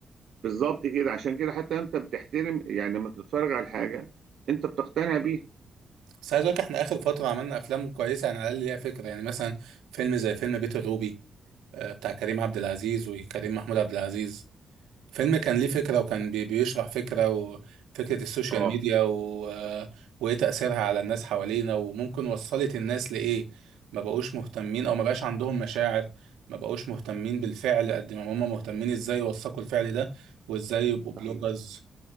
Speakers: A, on the right; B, on the right.
A: بالظبط كده عشان كده حتى انت بتحترم يعني لما بتتفرج على الحاجه انت بتقتنع بيها
B: بس عايز اقول لك احنا اخر فتره عملنا افلام كويسه يعني على الاقل ليها فكره يعني مثلا فيلم زي فيلم بيت الروبي آه، بتاع كريم عبد العزيز وكريم محمود عبد العزيز فيلم كان ليه فكرة وكان بي- بيشرح فكرة وفكرة السوشيال
A: اه
B: ميديا و... آه، وإيه تأثيرها على الناس حوالينا وممكن وصلت الناس لإيه ما بقوش مهتمين أو ما بقاش عندهم مشاعر ما بقوش مهتمين بالفعل قد ما هم مهتمين إزاي يوثقوا الفعل ده وإزاي يبقوا بلوجرز
A: صحيح